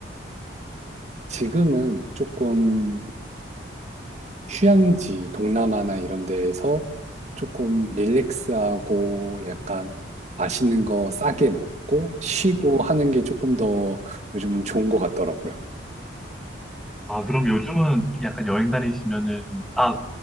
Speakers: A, on the right; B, in the centre.
A: 지금은 조금 휴양지 동남아나 이런 데에서 조금 릴렉스하고 약간 맛있는 거 싸게 먹고 쉬고 하는 게 조금 더 요즘은 좋은 것 같더라고요.
B: 아, 그럼 요즘은 약간 여행 다니시면은, 아,